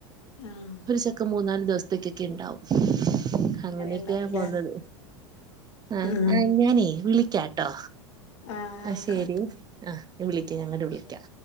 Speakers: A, on the left; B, on the right.
A: ആഹ്
B: ഒരു ചക്ക മൂന്നാല് ദിവസ്തേക്കൊക്കെ ഇണ്ടാവും.
A: അങ്ങനെ
B: അങ്ങനെയൊക്കെയാ
A: ഇണ്ടാവുംല്ലേ
B: പോന്നത് ആ
A: ഉം
B: ഞാനേ വിളി ക്കാ ട്ടോ
A: ആഹ് ആയിക്കോട്ടെ
B: ആ ശെരി
A: എന്നാ.
B: ആ വിളിക്ക ഞാ അങ്ങട്
A: ഉം
B: വിളിക്ക
A: ശരി